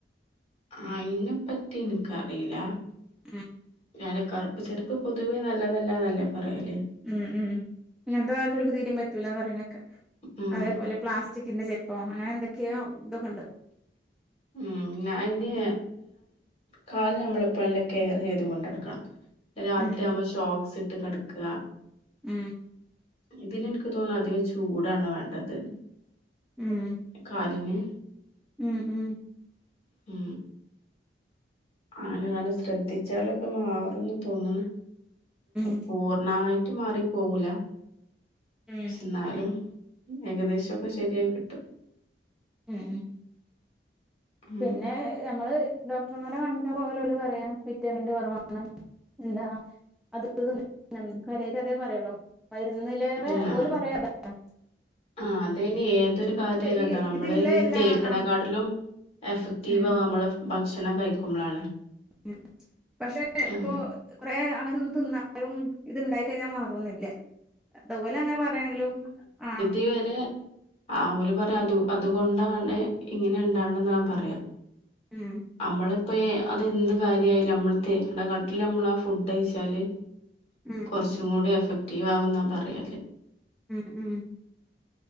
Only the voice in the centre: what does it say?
ഉം
ഉം ഉം ഇങ്ങനത്തെ കാലുകൾക്ക് തീരേം പറ്റൂലാന്ന് പറയണകേക്കാം
അതേപോലെ പ്ലാസ്റ്റിക്കിന്റെ ചെരുപ്പ് അപ്പൊ അങ്ങനെ എന്തൊക്കെയോ ഇതൊക്കെ ഉണ്ട്
ഉം
ഉം
ഉം
ഉംഹ്‌
ഉം ഉം
ഉം
ഉം
ഉം ഉം
പിന്നെ ഞമ്മള് ഡോക്ടർമാരെ കാൺച്ചാ പോവാലോല് പറയാ വിറ്റാമിൻന്റെ കൊറവാണ്. എന്താ അത് <unintelligible> കാര്യായിട്ടതേ പറയൊള്ളൂ മരുന്നിലേറെ
ഓല്
പറയ അതാണ്
ഈ
ഇതില്ല
എല്ലാ
ആഹ്
ഉം
ഉം പഷെ ഇപ്പോ
കൊറെ അങ്ങൻതൊന്നും തിന്നാലും ഇത്ണ്ടായി കഴിഞ്ഞാ മാറൊന്നില്ല. അതോലങ്ങനെ പറയാണെങ്കിലും ആഹ്‌
ഉം
ഉം
ഉം ഉം